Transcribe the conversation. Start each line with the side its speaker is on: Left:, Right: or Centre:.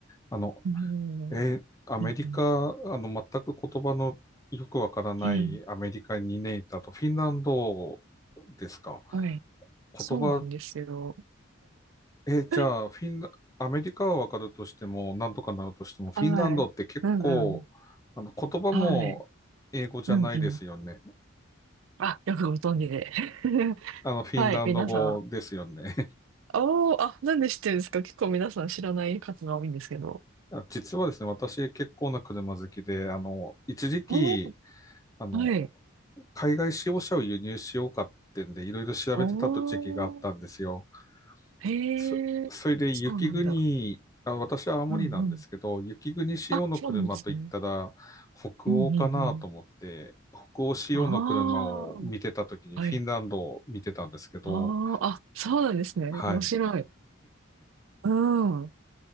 Left: あの、
Right: うん、う
Left: え、アメリカ、
Right: ん、うん、
Left: あの、全く言葉のよくわからないアメリカににねんいたと、
Right: うん
Left: フィンランドですか。
Right: はい。
Left: 言葉
Right: そうなんですよ。
Left: えーじゃあ、
Right: <laughs>
Left: フィンラ、アメリカはわかるとしても、なんとかなるとしても、フィンランドって結構、
Right: はい。うん、うん。
Left: あの、言葉も英語じゃないですよね。
Right: はい。うん、うん。あ、よくご存知で。<laughs>
Left: あの、フィンランド語ですよね。
Right: はい、皆さん。おー、あ、なんで知ってるんですか結構皆さん知らない方が多いんですけど。
Left: <laughs> あ実はですね、私結構な車好きで、あの、一時期、
Right: おー、
Left: あの、
Right: はい。
Left: 海外使用車を輸入しようかってんで、いろいろ調べてた時期があったんですよ。
Right: おー、へえ、
Left: そ、それで雪国、
Right: そうなんだ。
Left: あ、私は青森なんですけど、
Right: うんうん。
Left: 雪国仕様の車といったら北欧かなと思って、
Right: あ、そうなんですね。うんうんうん。
Left: 北欧仕様の車を見てた時にフィンランドを見てたんですけど、
Right: ああ、はい。ああ、あ、そうなんですね。
Left: はい。
Right: 面白い。うん。